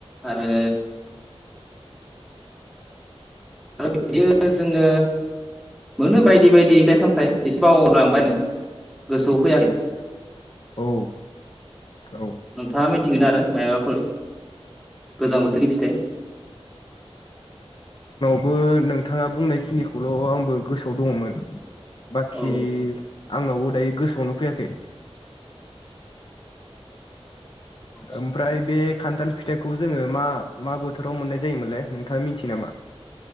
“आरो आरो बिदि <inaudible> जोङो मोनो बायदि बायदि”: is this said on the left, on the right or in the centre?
Centre